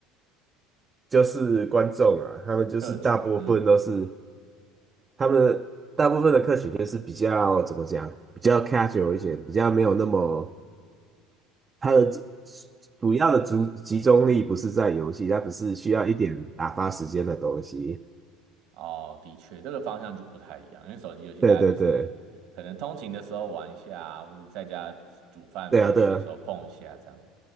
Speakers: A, on the right; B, on the right.
A: 就是观众啊，他们就是大部分都是
B: 客群，嗯。
A: 他们大部分的客群就是比较怎么讲，比较 casual 一些，比较没有那么。它的主主要的主集中力不是在游戏，它只是需要一点打发时间的东西。
B: 哦，的确，这个方向就不太一样，因为手机游戏大家就是可能通勤的时候玩一下啊或者在家煮饭没事的时候碰一下，
A: 对对对，对啊对啊，
B: 这样。